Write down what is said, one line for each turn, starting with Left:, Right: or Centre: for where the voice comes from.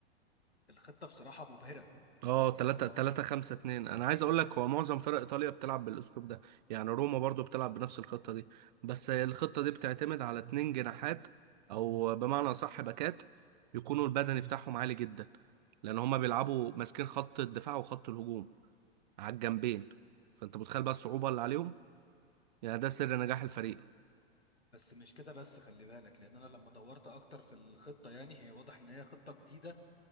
Left: الخطة بصراحة مبهرة
Right: اه
Left: يعني
Right: 3
Left: أنا
Right: 3 5 2 انا عايز اقول لك هو معظم فرق ايطاليا بتلعب بالاسلوب ده يعني روما برضو بتلعب بنفس الخطة دي بس هي الخطة دي بتعتمد على اتنين جناحات او بمعنى اصح باكات يكونوا البدني بتاعهم عالي جدا لان هما بيلعبوا ماسكين خط الدفاع وخط الهجوم على الجنبين فانت متخيل بقى الصعوبة اللي عليهم يعني ده سر نجاح الفريق
Left: بس مش كده بس خلي بالك لأن أنا لما دورت أكتر في الخطة يعني هي واضح إن هي خطة جديدة